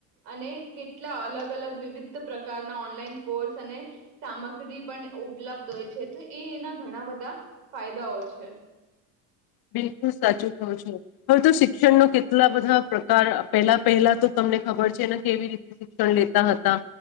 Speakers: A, on the right; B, on the left.
A: અને કેટલા અલગ અલગ વિવિધ પ્રકારના ઓનલાઈન કોર્સ અને સામગ્રી પણ ઉપલબ્ધ હોય છે તો એ એના ઘણા બધા ફાયદાઓ છે.
B: બિલકુલ સાચું કહો છો હવે તો શિક્ષણનો કેટલા બધા પ્રકાર પહેલા પહેલા તો તમને ખબર છેને કેવી રીતે શિક્ષણ લેતા હતા